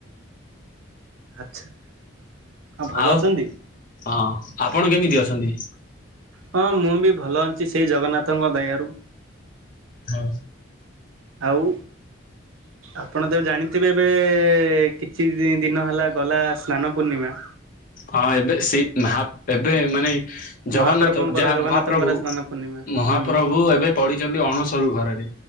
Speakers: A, on the right; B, on the left.
A: ଆଛା! ହଁ ଭଲ
B: ଆଉ
A: ଅଛନ୍ତି?
B: ହଁ! ଆପଣ କେମିତି ଅଛନ୍ତି?
A: ହଁ ମୁଁ ବି ଭଲ ଅଛି ସେଇ ଜଗନ୍ନାଥଙ୍କ ଦୟାରୁ।
B: ହଉ!
A: ଆଉ ଆପଣ ତାକୁ ଜାଣି ତେ ଏବେ କିଛି ଦିନ ହେଲା ଗଲା ସ୍ନାନ ପୂର୍ଣ୍ଣିମା।
B: ହଁ! ଏବେ ସେଇ ଏବେ ମାନେ ଜଗନ୍ନାଥ,
A: ମହାପ୍ରଭୁଙ୍କର
B: ଯାହା
A: ଜଗନ୍ନାଥଙ୍କର
B: ମହାପ୍ରଭୁ
A: ସ୍ନାନ ପୂର୍ଣ୍ଣିମା
B: ମହାପ୍ରଭୁ,
A: ହୁଁ
B: ଏବେ ପଡିଛନ୍ତି ଅଣସରୁ ଘରରେ,